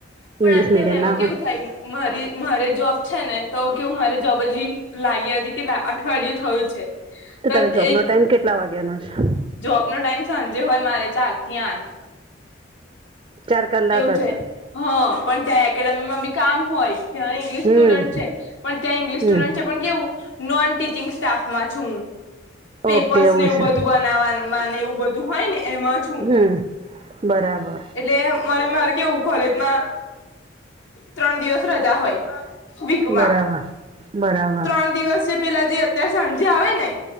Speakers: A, on the left (about 80°); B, on the right (about 30°).
A: પણ
B: ઇંગ્લિશ
A: આથી
B: મીડિયમ
A: હવે એમાં
B: ના
A: કેવું
B: હોય
A: થાય. મારી મારે જોબ છે ને તો કેવું મારે જોબ હજી લાગી હજી કે. અઠવાડિયું થયું છે તો
B: તારા જોબનો
A: એ
B: ટાઈમ કેટલા વાગ્યાનું છે. હા.
A: જોબ નો ટાઈમ સાંજે હોય મારે ચાર થી આઠ.
B: ચાર કલાક
A: એવું છે
B: જ
A: હા પણ ત્યાં એકેડેમીમાં બી કામ હોય ત્યાં ઇંગ્લિશ
B: હમ
A: સ્ટુડન્ટ છે પણ ત્યાં ઈંગ્લિશ
B: હમ
A: સ્ટુડન્ટ છે પણ કેવું નોન ટીચિંગ સ્ટાફમાં છું પેપર્સ
B: ઓકે
A: ને એવું
B: છે
A: બધું બ ને એવું બધું હોય ને એમાં છું
B: હમ બરાબર
A: એટલે મને મારે કેવું કોલેજમાં ત્રણ દિવસ રજા હોય વિકમા
B: બરાબર બરાબર
A: ત્રણ દિવસે પેલા જે અત્યારે સાંજે આવે ને